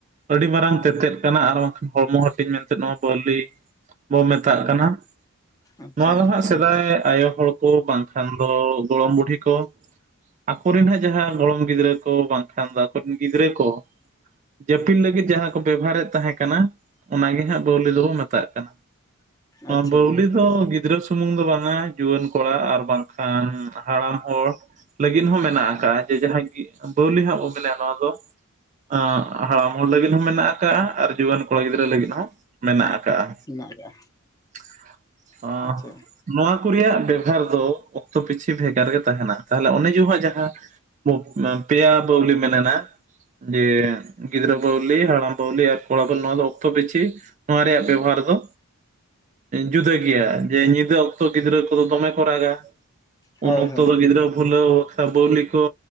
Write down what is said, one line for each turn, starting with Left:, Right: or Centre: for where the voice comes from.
Right: ᱟᱹᱰᱤ ᱢᱟᱨᱟᱝ ᱛᱮᱛᱮᱫ ᱠᱟᱱᱟ ᱟᱨ ᱵᱟᱝ ᱠᱷᱟᱱ ᱦᱚᱲᱢᱚ ᱦᱟᱹᱴᱤᱧ ᱢᱮᱱᱛᱮ ᱱᱚᱣᱟ ᱵᱟᱹᱣᱞᱤ, ᱵᱚ ᱢᱮᱛᱟᱜ ᱠᱟᱱᱟ ᱾
Left: ᱟᱪᱪᱷᱟ
Right: ᱱᱚᱣᱟ ᱫᱚ ᱦᱟᱸᱜ ᱥᱮᱫᱟᱭ ᱟᱭᱳ ᱦᱚᱲ ᱠᱚ ᱵᱟᱝ, ᱠᱷᱟᱱ ᱫᱚ ᱜᱚᱲᱚᱢ ᱵᱩᱰᱦᱤ ᱠᱚ, ᱟᱠᱚᱨᱮᱱ ᱦᱟᱸᱜ ᱡᱟᱦᱟᱸ ᱜᱚᱲᱚᱢ ᱜᱤᱫᱽᱨᱟᱹ ᱠᱚ ᱵᱟᱝ ᱠᱷᱟᱱ ᱫᱚ ᱟᱠᱚᱨᱮᱱ ᱜᱤᱫᱽᱨᱟᱹ ᱠᱚ ᱡᱟᱹᱯᱤᱫ ᱞᱟᱹᱜᱤᱫ ᱡᱟᱦᱟᱸ ᱠᱚ ᱵᱮᱵᱷᱟᱨᱮᱫ ᱛᱟᱦᱮᱸ ᱠᱟᱱᱟ ᱚᱱᱟᱜᱮ ᱦᱟᱸᱜ ᱵᱟᱹᱣᱞᱤ ᱫᱚᱵᱚ ᱢᱮᱛᱟᱜ ᱠᱟᱱᱟ᱾
Left: ᱟᱪᱪᱷᱟ
Right: ᱚᱸ ᱵᱟᱹᱣᱞᱤ ᱫᱚ ᱜᱤ ᱜᱤᱫᱽᱨᱟᱹ ᱥᱩᱢᱩᱝ ᱫᱚ ᱵᱟᱝ-ᱟ ᱡᱩᱣᱟᱹᱱ ᱠᱚᱲᱟ ᱟᱨ ᱵᱟᱝ ᱠᱷᱟᱱ ᱦᱟᱲᱟᱢ ᱦᱚᱲ ᱞᱟᱹᱜᱤᱫ ᱦᱚᱸ ᱢᱮᱱᱟᱜ ᱟᱠᱟᱜ ᱡᱮ ᱡᱟᱦᱟᱸᱭ ᱜᱤ ᱵᱟᱹᱣᱞᱤ ᱦᱟᱸᱜ ᱵᱚᱱ ᱢᱮᱱᱮ-ᱟ ᱱᱚᱣᱟ ᱫᱚ ᱟᱸ ᱦᱟᱲᱟᱢ ᱦᱚᱲ ᱞᱟᱹᱜᱤᱫ ᱦᱚᱸ ᱢᱮᱱᱟᱜ ᱟᱠᱟᱜ ᱟᱨ ᱡᱩᱣᱟᱹᱱ ᱠᱚᱲᱟ ᱜᱤᱫᱽᱨᱟᱹ ᱞᱟᱹᱜᱤᱫ ᱦᱚᱸ ᱢᱮᱱᱟᱜ ᱠᱟᱜ-ᱟ
Left: ᱢᱮᱱᱟᱜ ᱟᱠᱟᱜᱼᱟ
Right: ᱾ ᱚᱸ
Left: ᱟᱪᱪᱷᱟ
Right: ᱱᱚᱣᱟ ᱠᱚ ᱨᱮᱭᱟᱜ ᱵᱮᱵᱷᱟᱨ ᱫᱚ ᱚᱠᱛᱚ ᱯᱤᱪᱷᱤ ᱵᱷᱮᱜᱟᱨ ᱜᱮ ᱛᱟᱦᱮᱱᱟ, ᱛᱟᱦᱚᱞᱮ ᱚᱱᱮᱠ <inaudible> ᱡᱟᱦᱟᱸ ᱵᱚ ᱯᱮᱭᱟ ᱵᱟᱹᱣᱞᱤ ᱢᱮᱱᱮᱱᱟ ᱡᱮ ᱜᱤᱫᱽᱨᱟᱹ ᱵᱟᱹᱣᱞᱤ ᱦᱟᱲᱟᱢ ᱯᱟᱹᱣᱞᱤ ᱟᱨ ᱠᱚᱲᱟ ᱵᱚᱞ ᱱᱚᱣᱟ ᱫᱚ ᱚᱠᱛᱚ ᱯᱤᱪᱷᱤ ᱱᱚᱣᱟ ᱨᱮᱭᱟᱜ ᱵᱮᱵᱚᱦᱟᱨ ᱫᱚ ᱡᱩᱫᱟᱹ ᱜᱮᱭᱟ ᱡᱮ ᱧᱤᱫᱟᱹ ᱚᱠᱛᱚ ᱜᱤᱫᱽᱨᱟᱹ ᱠᱚᱫᱚ ᱫᱚᱢᱮ ᱠᱚ ᱨᱟᱜᱟ
Left: ᱦᱳᱭ
Right: ᱩᱱ ᱚᱠᱛᱚ
Left: ᱦᱳᱭ
Right: ᱫᱚ ᱜᱤᱫᱽᱨᱟᱹ ᱵᱷᱩᱞᱟᱹᱣ ᱠᱷᱟ ᱵᱟᱹᱣᱞᱤ ᱠᱚ